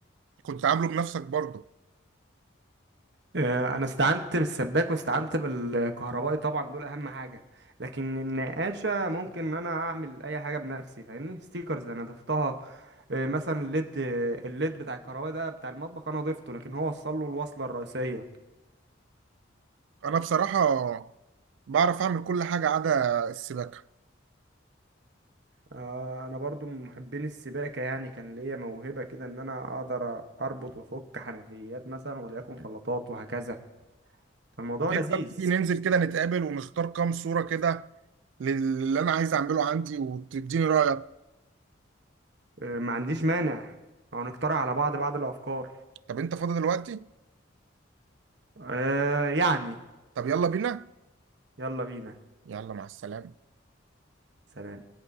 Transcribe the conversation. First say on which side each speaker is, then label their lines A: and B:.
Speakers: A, on the right (about 75°); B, on the right (about 60°).
A: كنت عامله بنفسك برضه
B: آه، انا استعنت بالسباك واستعنت بالكهربائي طبعا دول اهم حاجه لكن النقاشه ممكن ان انا اعمل اي حاجه بنفسي فاهمني ستيكرز انا ضفتها آه، مثلا الليد آه، الليد بتاع الكهربائي ده بتاع المطبخ انا ضفته لكن هو وصل له الوصله الرئيسيه
A: انا بصراحه بعرف اعمل كل حاجه عدا السباكه
B: آه، انا برضو من محبين السباكه يعني كان ليا موهبه كده ان انا اقدر اربط وافك حنفيات مثلا وليكن خلاطات وهكذا الموضوع
A: طب ايه
B: لذيذ
A: رايك تيجي ننزل كده نتقابل ونختار كام صوره كده لل- للي انا عايز اعمله عندي وتديني رايك
B: آه، ما عنديش مانع او نقترح على بعض بعض الافكار
A: طب انت فاضي دلوقتي
B: آه يعني
A: طب يلا بينا
B: يلا بينا
A: يلا مع السلامة
B: سلام